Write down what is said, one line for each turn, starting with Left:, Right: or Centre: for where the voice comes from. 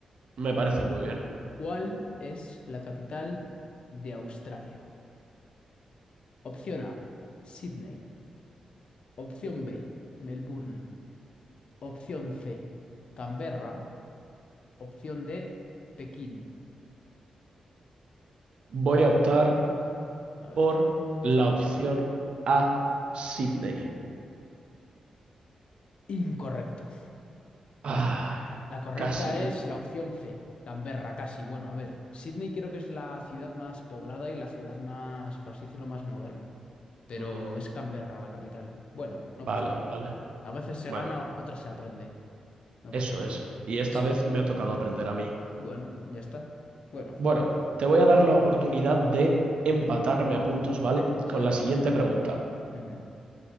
Right: Me parece muy bien.
Left: ¿Cuál es la capital de Australia? Opción A, Sydney. Opción B, Melbourne. Opción C, Canberra. Opción D, Pekín.
Right: Voy a optar
Left: A ver,
Right: por la
Left: sí.
Right: opción A, Sydney.
Left: Incorrecto.
Right: Ay,
Left: La correcta
Right: casi,
Left: es
Right: ¿eh?
Left: la opción C, Canberra, casi. Bueno, a ver, Sydney creo que es la ciudad más poblada y la ciudad más, por así decirlo, más moderna. Pero
Right: Mm,
Left: es Canberra la capital. Bueno, no
Right: vale,
Left: pasa nada.
Right: vale.
Left: A veces se
Right: Bueno,
Left: gana, otras se aprende. No
Right: eso
Left: pasa nada.
Right: es. Y esta
Left: Eso
Right: vez
Left: es.
Right: me ha tocado aprender a mí.
Left: Bueno, ya está. Bueno.
Right: Bueno, te voy a dar la oportunidad de
Left: Ujú,
Right: empatarme a puntos, ¿vale?
Left: Sí.
Right: Con la siguiente pregunta.
Left: Ujú,